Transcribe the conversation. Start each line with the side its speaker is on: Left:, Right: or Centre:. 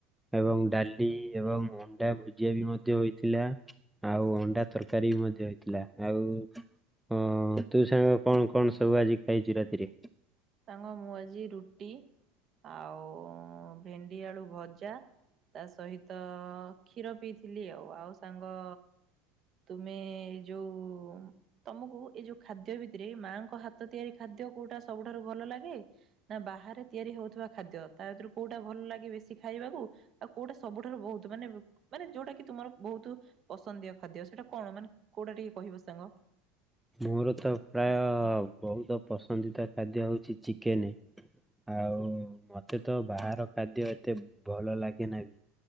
Centre: ଏବଂ ଡାଲି ଏବଂ ଅଣ୍ଡା ଭୁଜିଆ ବି ମଧ୍ୟ ହୋଇଥିଲା। ଆଉ ଅଣ୍ଡା ତରକାରୀ ବି ମଧ୍ୟ ହେଇଥିଲା ଆଉ ହଁ ତୁ ସାଙ୍ଗ କଣ କଣ ସବୁ ଆଜି ଖାଇଛୁ ରାତିରେ
Right: ତାଙ୍କ ମୁଁ ଆଜି ରୁଟି ଆଉ ଭେଣ୍ଡି ଆଳୁ ଭଜା। ତା ସହିତ କ୍ଷୀର ପିଇଥିଲି ଆଉ ଆଉ ସାଙ୍ଗ ତୁମେ ଯୋଉ ତମକୁ ଏଇ ଯୋଉ ଖାଦ୍ୟ ଭିତରେ ମାଆଙ୍କ ହାତ ତିଆରି ଖାଦ୍ୟ କୋଉଟା ସବୁଠାରୁ ଭଲ ଲାଗେ। ନା ବାହାରେ ତିଆରି ହଉଥିବା ଖାଦ୍ୟ ତା ଭିତରୁ କୋଉଟା ଭଲ ଲାଗେ ବେଶୀ ଖାଇବାକୁ ଆଉ କୋଉଟା ସବୁଠାରୁ ବହୁତ ମାନେ ମାନେ ଯୋଉଟା କି ତୁମର ବହୁତ ପସନ୍ଦିୟ। ଖାଦ୍ୟ ସେଟା କଣ ମାନେ କୋଉଟା ଟିକେ କହିବ ସାଙ୍ଗ।
Centre: ମୋର ତ ପ୍ରାୟ ବହୁତ ପସନ୍ଦିତା ଖାଦ୍ୟ ହେଉଛି ଚିକେନ। ଆଉ ମତେ ତ ବାହାର ଖାଦ୍ୟ ଏତେ ଭଲ ଲାଗେନା ବି